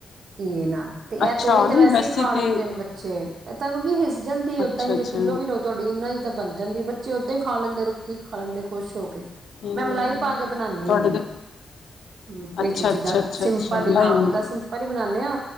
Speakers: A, on the right; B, on the left.
A: ਘੀਏ ਨਾਲ। ਤੇ
B: ਅੱਛਾ
A: ਇਹ ਤੋਰੀ
B: ਨਹੀਂ
A: ਤਾਂ ਵੈਸੇ ਹੀ ਖਾ ਲੈਂਦੇ
B: ਤਾਂ
A: ਨੇ ਬੱਚੇ। ਐ ਤਾਂ ਕਿਉਂਕਿ ਹਿਸ ਜਾਂਦੀ ਏ
B: ਅੱਛਾ
A: ਓਦਾਂ ਹੀ,
B: ਅੱਛਾ
A: ਜੇ ਕਿੱਲੋ ਵੀ ਲਓ ਤੁਹਾਡੀ ਇਹਨਾ ਈ ਤਾਂ ਬਣ ਜਾਂਦੀ ਏ। ਬੱਚੇ ਉੱਦਾਂ ਹੀ ਖਾ ਲੈਂਦੇ ਰੁੱਖੀ, ਖਾ ਲੈਂਦੇ ਖੁਸ਼ ਹੋ ਕੇ।
B: ਹਮ
A: ਮੈਂ ਮਲਾਈ ਪਾ ਕੇ ਬਨਾਨੀ
B: ਤੁਹਾਡੇ
A: ਹੁੰਦੀ
B: ਤਾਂ
A: ਆ। ਹੂੰ, ਵਿੱਚ
B: ਅੱਛਾ
A: ਜਿੱਦਾਂ
B: ਅੱਛਾ ਅੱਛਾ
A: ਸਿੰਪਲ
B: ਅੱਛਾ
A: ਹੀ,
B: ਲਾਈਨ
A: ਹਾਂ ਓਦਾਂ ਸਿੰ ਪਲੀ ਬਣਾਨੇ ਆ